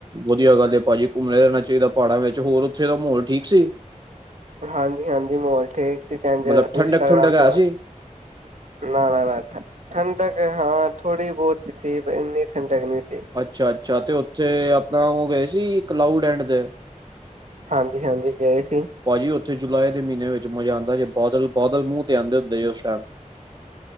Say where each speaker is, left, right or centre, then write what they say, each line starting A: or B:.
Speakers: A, on the right; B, on the right.
A: ਵਧੀਆ ਗੱਲ ਏ ਭਾਜੀ ਘੁੰਮਣਾ ਰਹਿਣਾ ਚਾਈਦਾ ਪਹਾੜਾਂ ਵਿੱਚ, ਹੋਰ ਉੱਥੇ ਦਾ ਮਾਹੌਲ ਠੀਕ ਸੀ?
B: ਹਾਂਜੀ-ਹਾਂਜੀ ਮਾਹੋਲ ਠੀਕ ਸੀ। ਟੈਨਜਰ
A: ਮਤਲਬ ਠੰਡਕ
B: ਇੰਸਟਾਗ੍ਰਾਮ
A: ਠੁੰਡਕ
B: ਤੇ
A: ਹੈ ਸੀ
B: ਨਾ-ਨਾ-ਨਾ ਠੰਡਕ ਹਾਂ ਥੋੜੀ ਬਹੁਤ ਸੀ। ਪਰ ਇੰਨੀ ਠੰਡਕ ਨਈ ਸ
A: ਅੱਛਾ-ਅੱਛਾ ਤੇ ਉੱਥੇ ਆਪਣਾ ਉਹ ਗਏ ਸੀ ਕਲਾਊਡ ਐਂਡ ਤੇ?
B: ਹਾਂਜੀ ਹਾਂਜੀ ਗਏ ਸੀ।
A: ਭਾਅਜੀ ਉੱਥੇ ਜੁਲਾਈ ਦੀ ਮਹੀਨੇ ਵਿੱਚ ਮਜ਼ਾ ਆਉਂਦਾ ਜੇ, ਬਾਦਲ-ਬਾਦਲ ਮੂੰਹ ਤੇ ਆਉਂਦੇੁ ਹੁਦੇ ਉਸ ਟਾਈਮ